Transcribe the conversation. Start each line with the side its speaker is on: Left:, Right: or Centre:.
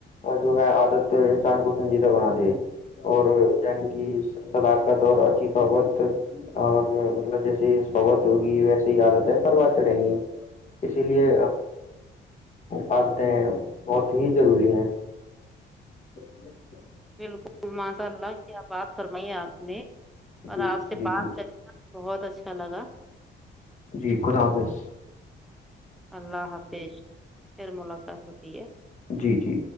Left: اور جو ہے عادت انسان کو سنجیدہ بنا دے اور یعنی کہ صداقت اور اچھی صحبت اور مطلب جیسے ہی صحبت ہوگی ویسے ہی عادت ہے پروان چڑھیں گی اسی لیے عادتیں بہت ہی ضروری ہیں س <inaudible>
Centre: بالکل ماشاء اللہ کیا بات فرمائی آپ نے اور
Left: جی
Centre: آپ سے
Left: جی
Centre: بات
Left: جی
Centre: کرکے بہت اچھا لگا
Left: جی خدا حافظ
Centre: اللہ حافظ پھر ملاقات ہوتی ہے
Left: جی جی